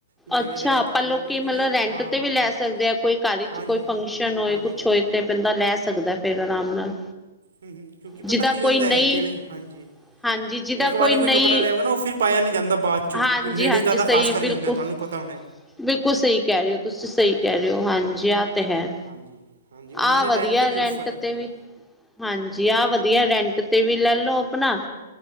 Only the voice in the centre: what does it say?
ਅੱਛਾ
ਪਰ
ਲੋਕੀ
ਮਤਲਬ। ਰੈਂਟ
'ਤੇ
ਵੀ ਲੈ
ਸਕਦੇ ਆ ਕੋਈ ਕਾਹਲੀ
ਚੋ ਕੋਈ
ਫੰਕਸ਼ਨ ਹੋਏ
ਕੁਛ
ਹੋਏ ਤਾਂ ਬੰਦਾ ਲੈ ਸਕਦਾ। ਆਰਾਮ ਨਾਲ।
ਜਿਹਦਾ
ਕੋਈ
ਨਹੀਂ
ਹਾਂਜੀ ਜਿਹਦਾ
ਨਹੀਂ
ਹਾਂਜੀ
ਹਾਂਜੀ
ਸਹੀ
ਬਿਲਕੁਲ
ਬਿਲਕੁਲ ਸਹੀ ਕਹਿ ਰਹੇ ਹੋ ਤੁਸੀਂ ਤੁਸੀਂ ਸਹੀ ਕਹਿ
ਰਹੇ ਹੋ ਹਾਂਜੀ
ਆਹ ਤਾਂ ਹੈ।
ਆਹ
ਵਧੀਆ
ਰੈਂਟ
ਤੇ ਵੀ
ਹਾਂਜੀ ਆਹ ਵਧੀਆ। ਵਧੀਆ ਰੈਂਟ ਤੇ ਵੀ ਲੈਲੋ ਆਪਣਾ